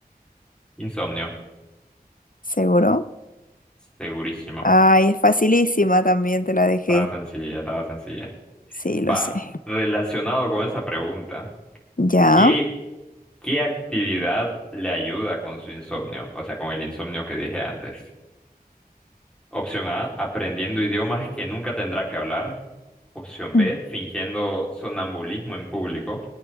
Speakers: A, in the centre; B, on the left (about 60°).
A: Insomnio,
B: ¿Seguro?
A: segurísimo.
B: Ay, es facilísima, también te la dejé.
A: Estaba sencilla, estaba sencilla.
B: Sí,
A: Va,
B: lo sé.
A: relacionado con esa pregunta,
B: Ya.
A: ¿qué, qué actividad le ayuda con su insomnio? O sea, con el insomnio que dije antes. Opción A, aprendiendo idiomas que nunca tendrá que hablar. Opción
B: Mm.
A: B, fingiendo sonambulismo en público.